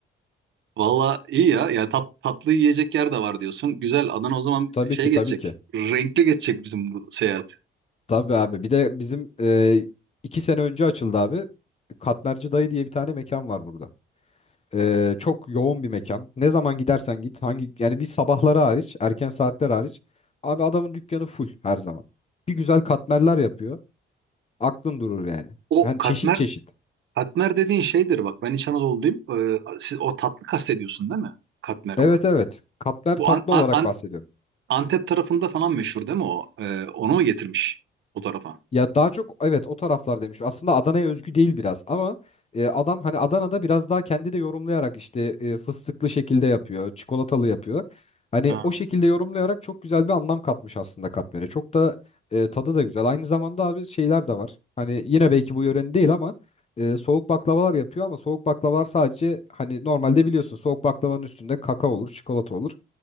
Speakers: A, on the right; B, on the left.
A: <laughs> Valla iyi ya. Yani tat, tatlı yiyecek yer de var diyorsun. Güzel. Adana o zaman
B: Tabii
A: şey
B: ki
A: geçecek.
B: tabii ki.
A: Renkli geçecek bizim bu seyahat.
B: Tabii abi. Bir de bizim e, iki sene önce açıldı abi. Katmerci Dayı diye bir tane mekan var burada. Ee, çok yoğun bir mekan. Ne zaman gidersen git, hangi yani bir sabahları hariç, erken saatler hariç. Abi adamın dükkanı full her zaman. Bir güzel katmerler yapıyor. Aklın durur yani.
A: O
B: Yani
A: katmer
B: çeşit çeşit.
A: katmer dediğin şeydir bak. Ben İç Anadolu'luyum. Ee, siz o tatlı kastediyorsun değil mi? Katmer
B: Evet
A: olarak.
B: evet. Katmer
A: Bu
B: tatlı
A: An- An-
B: olarak
A: An-
B: bahsediyorum.
A: Antep tarafında falan meşhur değil mi o? Ee, onu mu getirmiş o tarafa?
B: Ya daha çok evet o taraflar demiş. Aslında Adana'ya özgü değil biraz ama e, adam hani Adana'da biraz daha kendi de yorumlayarak işte e, fıstıklı şekilde yapıyor, çikolatalı yapıyor. Hani
A: Ha.
B: o şekilde yorumlayarak çok güzel bir anlam katmış aslında katmere. Çok da e, tadı da güzel. Aynı zamanda abi şeyler de var. Hani yine belki bu yörenin değil ama e, soğuk baklavalar yapıyor ama soğuk baklavalar sadece hani normalde biliyorsun soğuk baklavanın üstünde kakao olur, çikolata olur.